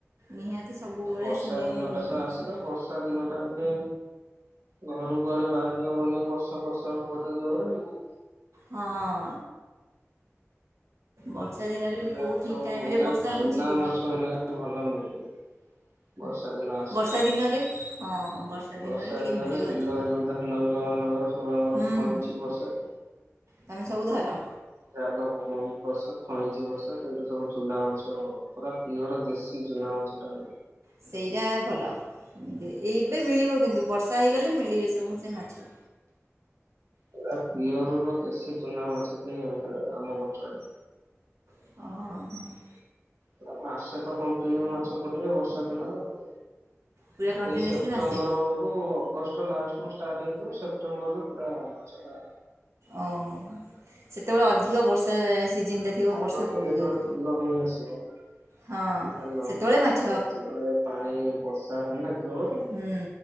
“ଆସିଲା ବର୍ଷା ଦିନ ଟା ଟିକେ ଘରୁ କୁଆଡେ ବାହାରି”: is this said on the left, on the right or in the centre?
Right